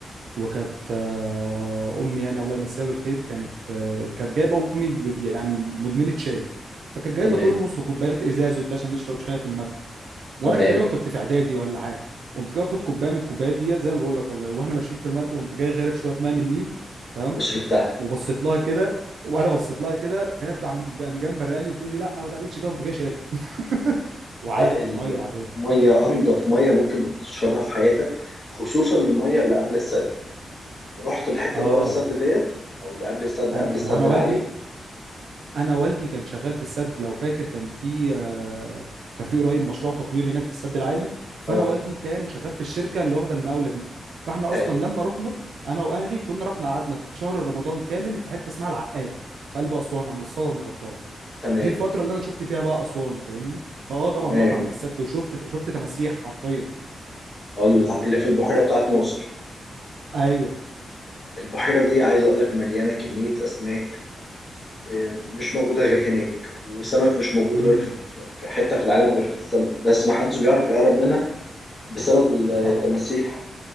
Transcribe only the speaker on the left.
تمام
تمام
الأقصر بتاعها
لا المية
أنضف مية ممكن تشربها في حياتك خصوصا المية اللي قبل السد رحت الحتة
اللي ورا السد ديت أو اللي قبل السد
قبل السد
العالي
اه
حلو
تمام
تمام
ال- اللي في البحيرة بتاعت ناصر
البحيرة دي عايز أقول لك مليانة كمية أسماك آه، مش موجودة غير هناك وسمك مش موجود
غير في في- في حتة في العالم غير في السمك بس ما حدش بيعرف يقرب منها بسبب ال- التماسيح